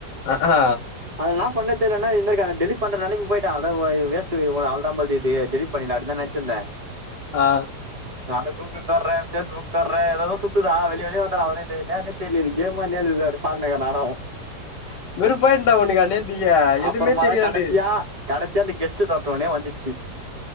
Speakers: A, on the left (about 75°); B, on the right (about 20°).
A: ஆ ஆ
B: அதெல்லா பண்ண தெரியலனா என்னருக்கு அ டெலிட் பன்றநெலமக்கி போய்ட்ட அவ்ளதா வேஷ்ட் ஓ அவ்ள்தா போல்யிது டெலிட் பண்ணிலா அப்டிதா நனச்சிந்தே
A: ஆ
B: நானு கூகுள் தர்ரே பேஸ்புக் தர்ரே ஏதாது சுத்துதா வெளி வெளிய வந்துறா அவ ஏனே எனு தெரியல கேம்பா என்னது இது பானுமே இனுக்கே நானு
A: <inaudible> வெறுப்பாயிடுண்டா உனக்கு அந்நேரத்துக்கு எதுவுமே
B: அப்புறமதா
A: தெரியாது
B: கடசியா கடசியா இந்த கெஸ்ட்ட தொட்டோனே வந்து ச்சி